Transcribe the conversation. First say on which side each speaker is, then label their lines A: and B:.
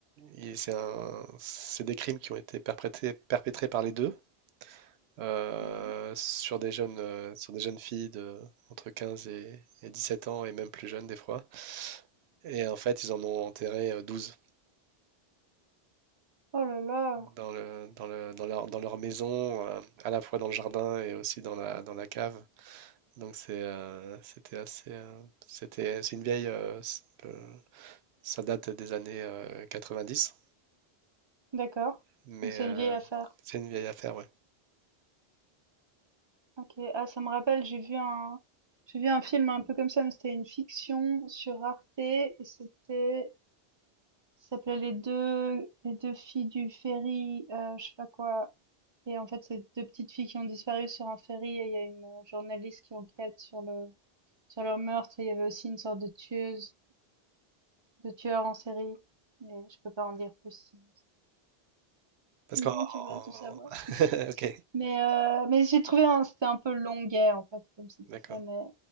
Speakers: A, on the right; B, on the right.
A: et C'est un- c'est des crimes qui ont été perprétés- perpétrés, par les deux euh,
B: Mhm.
A: sur des jeunes, euh, sur des jeunes filles de, entre 15 et, et sept ans et même plus jeunes des fois. Et en fait, ils en ont enterré euh, 12
B: Oh là là.
A: dans le, dans le, dans leur, dans leur maison, euh, à la fois dans le jardin et aussi dans la, dans la cave. Donc c'est, euh, c'était assez, euh, c'était, c'est une vieille, euh, s- euh, ça date des années euh, 90,
B: D'accord.
A: mais
B: Donc c'est
A: euh,
B: une vieille affaire.
A: c'est une vieille affaire, ouais.
B: OK. Ah, ça me rappelle, j'ai vu un j'ai vu un film un peu comme ça, mais c'était une fiction sur Arte et c'était ça s'appelait Les deux Les deux filles du ferry, heu, je sais pas quoi et en fait, c'est 2 petites filles qui ont disparu sur un ferry et il y a une, heu, journaliste qui enquête sur le sur leur meurtre et il y avait aussi une sorte de tueuse de tueur en série, mais je peux pas en dire plus sinon
A: Parce
B: sinon
A: qu'en,
B: tu vas
A: en-
B: tout savoir.
A: <laughs> ok,
B: Mais, euh, mais j'ai trouvé un- c'était un peu longuet en fait comme c'était
A: d'accord.
B: fait mais